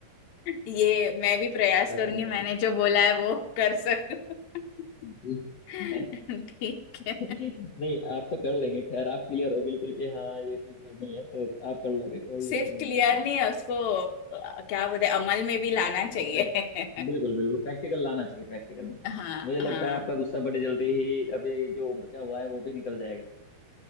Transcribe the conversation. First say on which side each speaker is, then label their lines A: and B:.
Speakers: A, on the left; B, on the left.
A: ये मैं भी प्रयास
B: क्या
A: करूंगी
B: करें
A: मैंने
B: कि
A: जो बोला है वो कर सकूं <laughs>
B: जी <laughs>
A: ठीक है
B: नहीं आप तो कर लेंगे खैर आप क्लियर हो बिल्कुल कि हाँ ये चीज करनी है तो आप कर लोगे कोई
A: सिर्फ
B: इशू नहीं
A: क्लियर
B: है उसमें
A: नहीं है उसको अ, क्या बोलते हैं, अमल में भी लाना चाहिए
B: हाँ, प्रैक्ट- बिल्कुल
A: <laughs>
B: बिल्कुल प्रैक्टिकल लाना चाहिए प्रैक्टिकल में
A: हाँ
B: मुझे लगता
A: हाँ
B: है आपका गुस्सा बड़ी जल्दी ही अभी जो बचा हुआ है वो भी निकल जाएगा